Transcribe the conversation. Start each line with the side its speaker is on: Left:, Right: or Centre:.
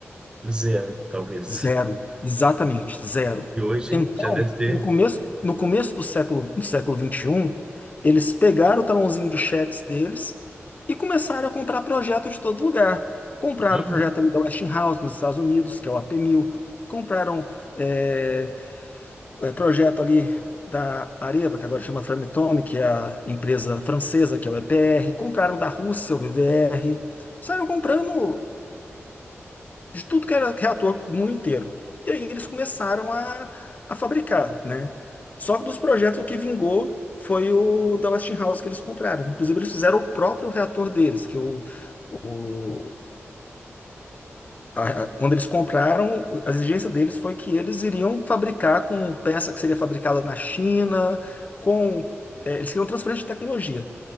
Right: Zero, talvez.
Left: Zero, exatamente, zero.
Right: E hoje
Left: Então,
Right: já deve ter.
Left: no começo, no começo do século, do século vinte e um eles pegaram o talãozinho de cheques deles e começaram a comprar projeto de todo lugar. Compraram
Right: Uhum,
Left: o projeto ali da Westinghouse nos Estados Unidos, que é o ap mil Compraram é, é, projeto ali da Areva, que agora chama Framatome, que é a empresa francesa, que é o EPR. Compraram da Rússia, o VVR. Saíram comprando de tudo que era reator no mundo inteiro. E aí eles começaram a, a fabricar, né? Só que dos projetos o que vingou foi o da Westinghouse que eles compraram. Inclusive eles fizeram o próprio reator deles, que o, o- a- a- quando eles compraram, a exigência deles foi que eles iriam fabricar com peça que seria fabricada na China, com eh, eles queriam transferência de tecnologia.